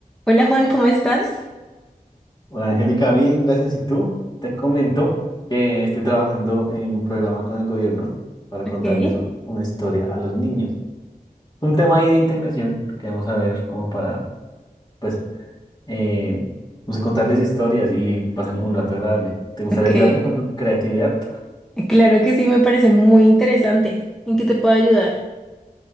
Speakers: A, in the centre; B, on the left.
A: Hola Juan, ¿cómo estás?
B: Hola Angélica, bien, gracias. ¿Y tú? Te comento que estoy trabajando en un programa con el gobierno para
A: Ok,
B: contarles u- una historia a los niños. Es Un tema ahí de integración que vamos a ver como para, pues, eh, no sé, contarles historias y que pasen un rato agradable. ¿Te gustaría
A: ok.
B: ayudarme con tu creatividad?
A: Claro que sí, me parece muy interesante. ¿En qué te puedo ayudar?